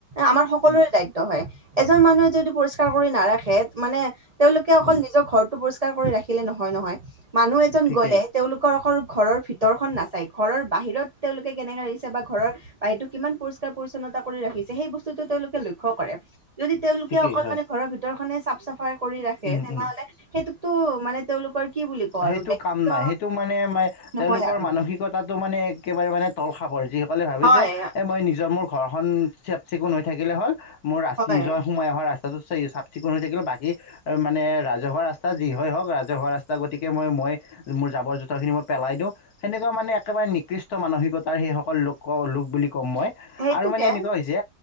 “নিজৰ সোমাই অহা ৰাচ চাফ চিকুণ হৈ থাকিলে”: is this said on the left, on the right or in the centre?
Left